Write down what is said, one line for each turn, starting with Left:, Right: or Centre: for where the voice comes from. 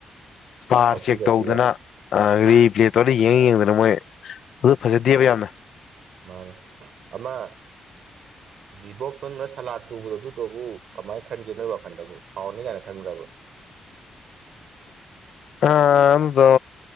Left: ꯕꯥꯔ
Right: ꯄꯪꯄꯤꯗ
Left: ꯆꯦꯛ ꯇꯧꯗꯅ
Right: ꯄꯤꯕ
Left: ꯑ ꯔꯤꯄ꯭ꯂꯦ ꯇꯧꯔ ꯌꯦꯡꯉ ꯌꯦꯡꯗꯅ ꯃꯣꯏ ꯑꯗꯨ ꯐꯖꯗꯦꯕ ꯌꯥꯝꯅ
Right: ꯃꯥꯅꯦ ꯑꯃꯥ
Left: <unintelligible>
Right: ꯗꯤꯕꯣꯛꯁ ꯃꯅꯨꯡꯗ ꯁꯂꯥ ꯇꯨꯕꯗ ꯑꯗꯨꯗꯨꯕꯨ ꯀꯃꯥꯏꯅ ꯈꯟꯒꯦ ꯅꯣꯏ ꯋꯥꯈꯟꯗꯕꯨ ꯐꯥꯎꯟꯅꯤ ꯀꯥꯏꯅ ꯈꯟꯕꯔ꯭ꯕ
Left: ꯑ ꯑꯗꯨꯗꯣ